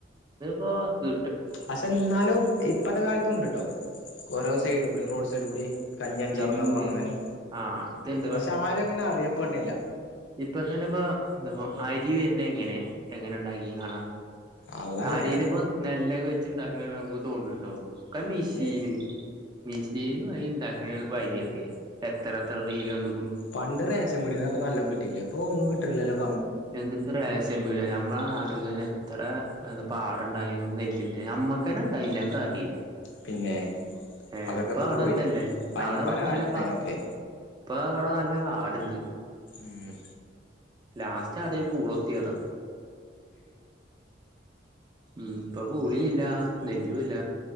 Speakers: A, on the right; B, on the left.
A: വാക്ക്
B: പഷെന്നാലും ഇപ്പത്തെ കാലത്തുണ്ട്ട്ടോ ഓരോ സൈഡ് കുടി റോഡ് സൈഡ് കുടി കഞ്ഞി അച്ചാറും
A: ഇണ്ട്
B: ന്നൊക്കെ പറഞ്ഞ്ങ്ങനെ
A: ആഹ് ഇതുണ്ട്
B: പഷെ ആരും അങ്ങനെ അറിയപ്പെട്ണില്ല
A: ഇപ്പൊതന്നൊപ്പൊ അരി വര്നെങ്ങനെ എങ്ങനെണ്ടാക്കി കാണാ
B: അള്ളാക്കറിയാം
A: കാരീലിപ്പൊ നെല്ല് ചിന്താക്ക്ണെ നമുക്ക് തോന്ന്ണ് ണ്ടോ ഒക്കെ മിഷീന്
B: ഏ
A: മിഷീന് വഴി ണ്ടാക്കും <unintelligible> എത്ര എത്ര റീലണ്ടു
B: പണ്ട്‌ റേഷൻ പീടേലൊക്കെ നല്ലോം കിട്ടീനില്ലേ ഇപ്പോ ഒന്നും കിട്ട ലല്ലോ
A: എന്ത്ത്ത് റേഷംപീട്യ ഞാൻ നമ്മളെ നാട്ടിൽ തന്നെ എത്ര പാടണ്ടായിനു നെല്ലിന്റെ നമ്മക്കന്നെണ്ടായിൻലേ മ്മക്കാദ്യേ
B: പിന്നെ
A: ഏ
B: അതൊക്കെ
A: പ്പൊആടെ
B: ഇപ്പൊ പോയില്ലേ
A: ന്താല്ലേ
B: വല്ലിപ്പാന്റെ
A: അവിടെ നല്ല
B: കാലത്തുണ്ടായിനൊക്കെ
A: കാ ഇപ്പൊ അടെ നല്ല കാട് ണ്ട്
B: മ്മ്
A: ലാസ് സ്റ്റ് അത് പൂളത്തിയതാ ഉം ഇപ്പൊ പൂളീല്ല നെല്ലുല്ല